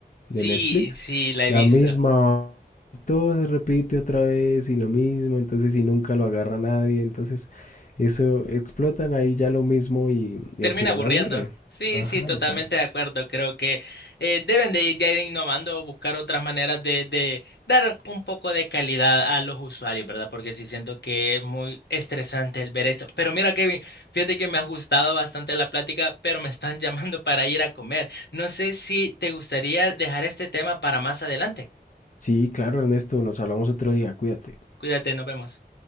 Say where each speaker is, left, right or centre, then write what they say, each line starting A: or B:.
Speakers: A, on the left; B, on the left.
A: de
B: Sí,
A: Netflix,
B: sí, la he
A: la
B: visto.
A: misma, todo se repite otra vez y lo mismo, entonces y nunca lo agarra nadie, entonces eso explotan ahí ya lo mismo y, y
B: Termina
A: al final
B: aburriendo.
A: aburre.
B: Sí,
A: Ajá,
B: sí, totalmente
A: exacto.
B: de acuerdo. Creo que eh, deben de ya ir innovando, buscar otras maneras de, de dar un poco de calidad a los usuarios, ¿verdad? Porque sí siento que es muy estresante el ver esto. Pero mira, Kevin, fíjate que me ha gustado bastante la plática, pero me están <laughs> llamando para ir a comer. No sé si te gustaría dejar este tema para más adelante.
A: Sí, claro, Ernesto, nos hablamos otro día, cuídate.
B: Cuídate, nos vemos.